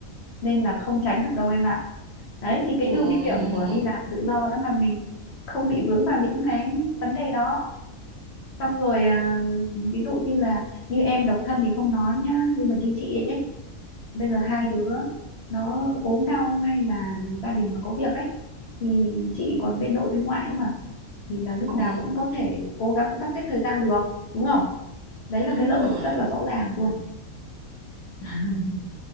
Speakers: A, on the left (about 60°); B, on the right (about 75°).
A: nên là không tránh được đâu em ạ đấy thì cái
B: Ồ,
A: ưu điểm của đi làm tự do đó là mình không bị vướng vào những cái vấn đề đó xong rồi à, ví dụ như là như em độc thân thì không nói nhá nhưng mà chứ chị ấy bây giờ hai đứa nó ốm đau hay là gia đình mà có việc ấy thì chị còn bên nội bên ngoại nữa mà thì là lúc
B: ồ,
A: nào cũng có thể cố gắng sắp xếp thời gian được đúng không đấy
B: đúng
A: là cái lợi
B: rồi
A: rất là rõ ràng luôn <laughs>